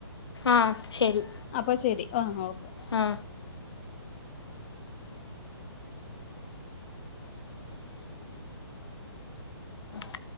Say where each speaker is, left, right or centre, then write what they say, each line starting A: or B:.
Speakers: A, on the left; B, on the left.
A: ആ ശരി
B: അപ്പൊ ശെരി ആഹ ഓക്കെ
A: ആ <inaudible>